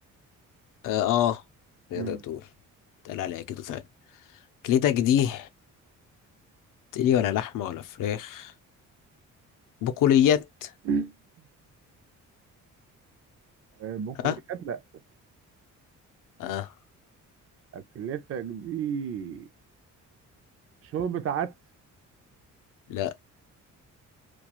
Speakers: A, on the left; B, on the right.
A: آه, آه تقدر
B: امم
A: تقول تقال عليها كده فعلا كليتك دي تقلي ولا لحمة ولا فراخ بقوليات
B: <clears throat> آه، بقوليات
A: ها
B: لا
A: آه
B: اكلتك دي شوربه عدس
A: لأ